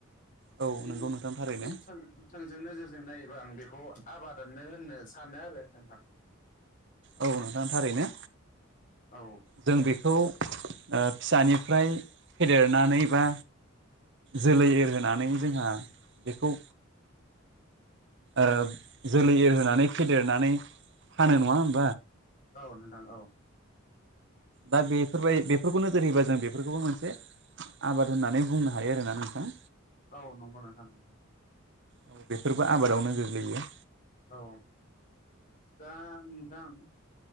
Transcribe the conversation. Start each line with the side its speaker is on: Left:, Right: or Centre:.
Right: औ
Left: बे
Right: नंगौ नोंथां थारैनो
Left: बेथों थोंजों नोजोरजों नायोबा आं बेखौ औ आबादानो होननो सानो आरो नोंथां।
Right: औ नोंथां थारैनो
Left: नोंथां औ
Right: जों बेखौ ओ फिसानिफ्राय फेदेरनानै बा जोलै एरहोनानै जोंहा बेखौ ओ जोलै एरहोनानै फेदेरनानै फानो नङा होम
Left: औ नोंथां औ।
Right: दा बेफोरबाय बेफोरखौ नोजोर होयोबा जों बेफोरखौबो मोनसे आबाद होननानै बुंनो हायो आरोना नोंथां।
Left: औ नंगौ नोंथां नंगौ
Right: औ बेफोरबो आबादावनो गोग्लैयो।
Left: औ दा नोंथां